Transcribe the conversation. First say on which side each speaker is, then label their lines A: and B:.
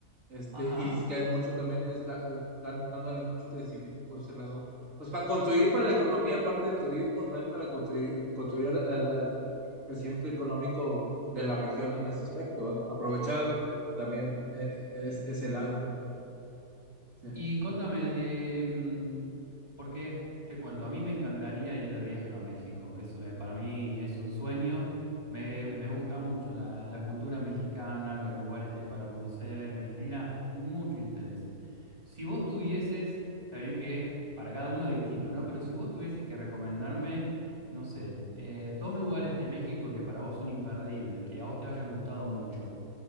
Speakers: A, on the right; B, on the right.
A: Este,
B: ajá.
A: y sí que hay mucho también, está, eh, están dándole mucho crecimiento por ese lado. Pues para contribuir para la economía, aparte del turismo, también para contribuir, contribuir al, al- al crecimiento económico de la región en este aspecto, ¿verdad? Aprovechar también eh, es, ese lado. sí.
B: Y contame de, mm, porque te cuento, a mí me encantaría ir de viaje a México, es, eh, para mí es un sueño, me, me gusta mucho la, la cultura mexicana, los lugares que hay para conocer, me genera mucho interés. Si vos tuvieses, está bien que para cada uno es distinto, ¿no? Pero si vos tuvieses que recomendarme, no sé, eh, dos lugares de México que para vos son imperdibles, que a vos te hayan gustado mucho,